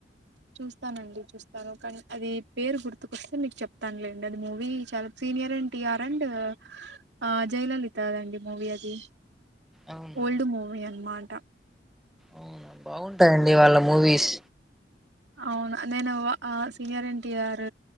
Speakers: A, on the right; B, in the centre.
A: చూస్తానండి చూస్తాను కానీ అది పేరు గుర్తుకొస్తే మీకు చెప్తానులేండి అది మూవీ చాలా సీనియర్ అండ్ టీఆర్ అండ్ ఆ జయలలితదండి మూవీ అది
B: అవును
A: ఓల్డ్ మూవిీ అన్మాట ట
B: అవునా బాగుంటాయండి వాళ్ళ మూవీస్
A: అవునా నేను ఆ సీనియర్ ఎన్టీఆర్